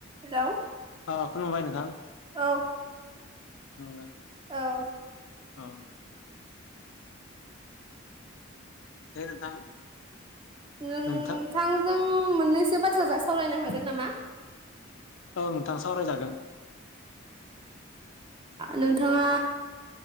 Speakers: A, on the right (about 25°); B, on the left (about 80°).
A: Hello
B: अ खुलुबाय नोंथां
A: औ
B: खोनादों
A: औ
B: औ दे नोंथां
A: नोंथांजों
B: नोंथां
A: आं मोननैसो बाथ्राजों सावरायनो हागोन नामा
B: औ नोंथां सावरायजागोन
A: नोंथाङा